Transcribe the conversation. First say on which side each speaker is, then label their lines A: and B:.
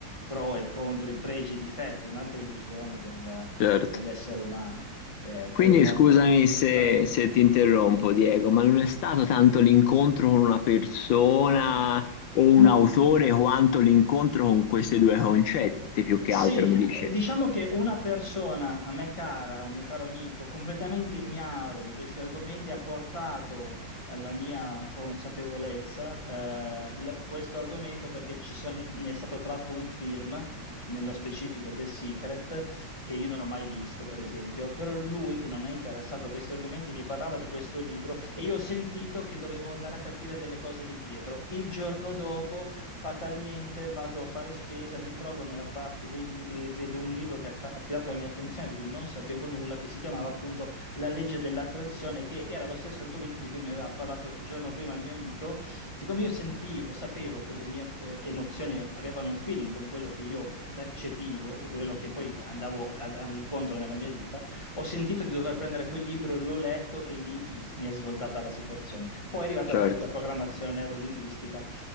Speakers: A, on the left; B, on the left.
A: pro e contro, i pregi e i difetti, un'altra illusione del-
B: certo.
A: dell'essere umano. Eh, credo
B: Quindi
A: molto,
B: scusami se,
A: prego.
B: se ti interrompo, Diego, ma non è stato tanto l'incontro con una persona o un
A: No.
B: autore quanto l'incontro con questi due concetti, più che
A: Sì,
B: altro, mi dice.
A: eh, diciamo che una persona a me cara, un mio caro amico, completamente ignaro di questi argomenti, ha portato alla mia consapevolezza eh, l- questo argomento perché ci sono- ne è stato tratto un film, nello specifico The Secret, che io non ho mai visto, per esempio, però lui, che non è interessato a questi argomenti, mi parlava di questo libro e io ho sentito che dovevo andare a capire delle cose lì dietro. Il giorno dopo fatalmente vado a fare spesa, mi trovo nella parte dei libri e vedo un libro che ha ca- attirato la mia attenzione, di cui non sapevo nulla, che si chiamava appunto La legge dell'attrazione, che era lo stesso argomento di cui mi aveva parlato il giorno prima il mio amico. Siccome io sentivo, sapevo che le mie eh, emozioni avevano un feeling con quello che io percepivo e quello che poi andavo, andavo incontro nella mia vita, ho sentito di dover prendere quel libro, l'ho letto e lì mi, mi è svoltata la situazione. Poi è arrivata
B: Certo,
A: la, la programmazione neurolinguistica